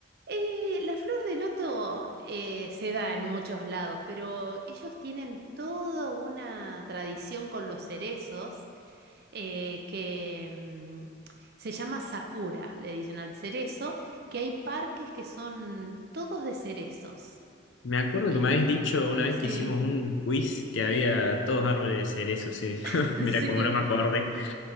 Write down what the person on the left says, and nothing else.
Me acuerdo
que me habéis dicho una vez
que hicimos un quiz que había todos árboles de cerezo, sí. <laughs>
Mira, como no me
acordé.